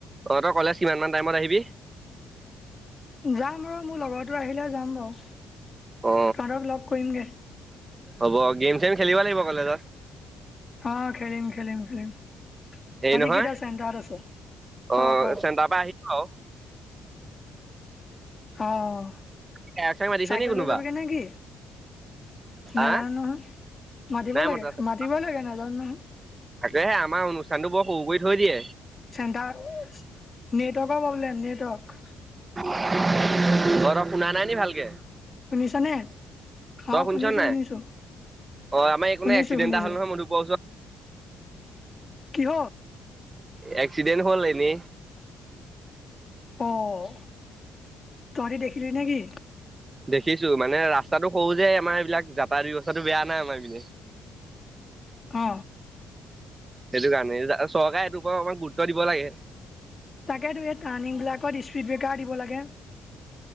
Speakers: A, on the right (about 20°); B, on the left (about 20°).
A: তই কলেজ কিমান মান টাইমত আহিবি?
B: যাম আৰু। মোৰ লগৰটো আহিলে যাম বাৰু। তহঁতক
A: অ
B: লগ কৰিম গে।
A: হ'ব। গেম-চেম খেলিব লাগিব কলেজত।
B: অ' খেলিম - খেলিম - খেলিম।
A: হেৰি
B: তাহতি
A: নহয়
B: কেইটা ছেণ্টাৰত আছে?
A: অ
B: ক' - ক'।
A: চেণ্টাৰ পৰা আহিব আৰু
B: অ'।
A: গায়ক চায়ক মাতিছে
B: চাইকেল
A: নি কোনোবা
B: লৈ যাবিগে নেকি? নাজানো
A: আহ
B: নহয়। মাতিব
A: নাই
B: লাগে-
A: মতা চাগে।
B: মাতিবই লাগে। নাজানো নহয়।
A: তাকেহে, আমাৰ অনুষ্ঠানটো বৰ সৰু কৰি থৈ দিয়ে।
B: চেণ্টাৰ <unintelligible> নেটৱৰ্কৰ প্ৰব্লেম, নেটৱৰ্ক।
A: অ' ৰ। শুনা নাই নি ভালকে?
B: শুনিছ নে? খাও
A: তই শুনিছ
B: শুনিছো
A: নাই
B: শুনিছো,
A: অ আমাৰ এইকণে
B: শুনিছো
A: এক্সিডেণ্ট
B: শুনিছো।
A: এটা হ'ল নহয় মধুপুৰৰ ওচৰত
B: কিহ
A: এক্সিডেণ্ট হ'ল এনেই।
B: অঁ তহঁতি দেখিলি নে কি
A: দেখিছোঁ মানে ৰাস্তাটো সৰু যে আমাৰ এইবিলাক যাতায়ত ব্যৱস্থাটো বেয়া নাই আমাৰ পিনে।
B: অ
A: সেইটো কাৰণে চৰকাৰে সেইটোৰ ওপৰত অকন গুৰুত্ব দিব লাগে।
B: তাকেতো এই টাৰ্ণিং বিলাকত স্পীড ব্ৰেকাৰ দিব লাগে